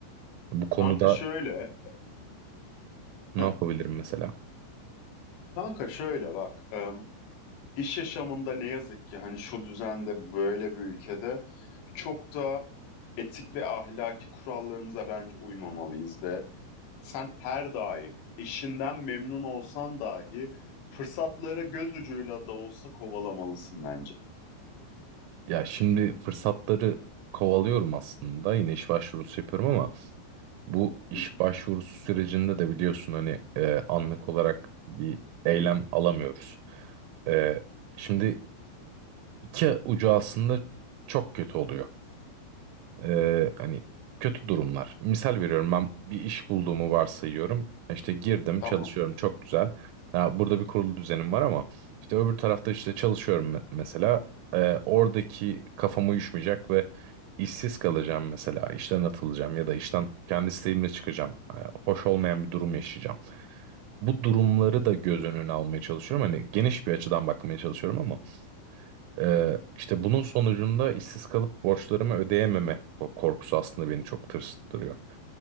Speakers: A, on the right (about 80°); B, on the left (about 60°).
A: Bu konuda
B: Kanka şöyle.
A: ne
B: Heh.
A: yapabilirim mesela?
B: Kanka şöyle bak. em, iş yaşamında ne yazık ki hani şu düzende böyle bir ülkede çok da etik ve ahlaki kurallarımıza bence uymamalıyız ve sen her daim işinden memnun olsan dahi fırsatları göz ucuyla da olsa kovalamalısın bence.
A: Ya şimdi fırsatları kovalıyorum aslında yine iş başvurusu yapıyorum ama bu iş
B: Hı hı.
A: başvurusu sürecinde de biliyorsun hani e, anlık olarak bir eylem alamıyoruz. E, şimdi iki ucu aslında çok kötü oluyor. Ee, hani kötü durumlar. Misal veriyorum ben bir iş bulduğumu varsayıyorum. İşte girdim
B: Tamam.
A: çalışıyorum çok güzel. Ya burada bir kurulu düzenim var ama işte öbür tarafta işte çalışıyorum me- mesela. Ee, oradaki kafam uyuşmayacak ve işsiz kalacağım mesela. İşten atılacağım ya da işten kendi isteğimle çıkacağım. Ee, hoş olmayan bir durum yaşayacağım. Bu durumları da göz önüne almaya çalışıyorum. Hani geniş bir açıdan bakmaya çalışıyorum ama ee, işte bunun sonucunda işsiz kalıp borçlarımı ödeyememe o korkusu aslında beni çok tırsıttırıyor.